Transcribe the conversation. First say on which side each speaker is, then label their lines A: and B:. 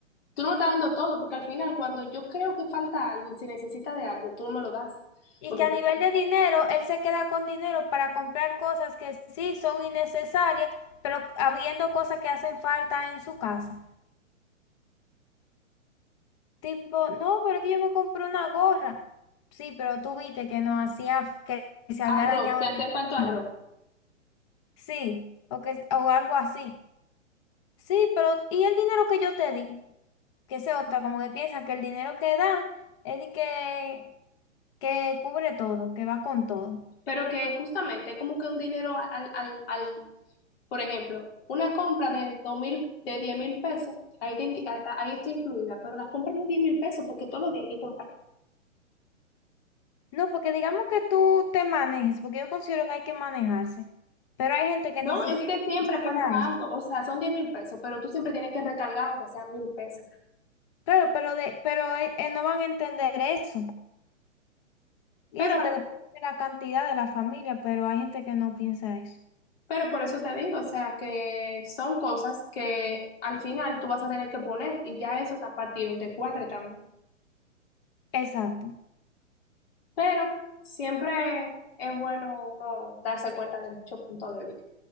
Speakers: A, on the left (about 50°); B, on the left (about 25°).
A: tú no me estás dando todo, porque al final cuando yo creo que falta algo y se necesita de algo, tú no me lo das.
B: Y
A: Porque
B: que a
A: por
B: nivel
A: ejemplo,
B: de dinero, él se queda con dinero para comprar cosas que sí son innecesarias, pero habiendo cosas que hacen falta en su casa. Tipo, no, pero es que yo me compré una gorra. Sí, pero tú viste que no hacía, que se había
A: arroz,
B: dañado
A: te hace
B: el microondas.
A: falta arroz.
B: Sí, o, que, o algo así. Sí, pero ¿y el dinero que yo te di? Que sea otra, como que piensan que el dinero que dan es de que, que cubre todo, que va con todo.
A: Pero que justamente es como que un dinero al, al, al Por ejemplo, una compra de dos mil, de diez mil pesos, ahí, te indi- ahí está ahí está incluida, pero las compras de diez mil pesos porque todos los días hay que comprar.
B: No, porque digamos que tú te manejes, porque yo considero que hay que manejarse, pero hay gente que
A: No,
B: ni siquiera
A: es que siempre
B: considera
A: falta
B: eso.
A: algo, o sea, son diez mil pesos, pero tú siempre tienes que recargar aunque sean mil pesos.
B: Claro, pero, de, pero eh, eh, no van a entender eso. Y
A: Pero,
B: eso que depende de la cantidad de la familia, pero hay gente que no piensa eso.
A: pero por eso te digo, o sea, que son cosas que al final tú vas a tener que poner y ya eso está para ti un descuadre también.
B: Exacto.
A: Pero siempre es bueno uno darse cuenta de muchos puntos de vista